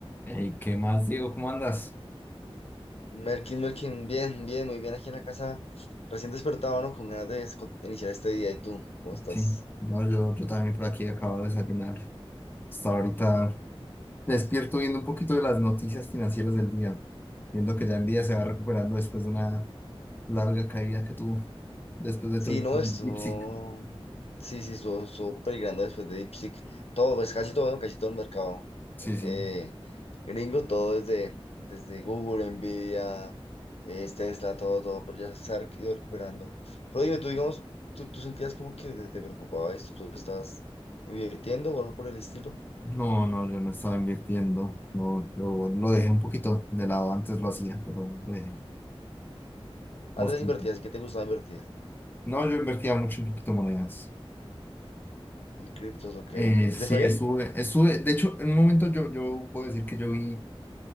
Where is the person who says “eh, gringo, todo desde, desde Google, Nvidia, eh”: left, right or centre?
Left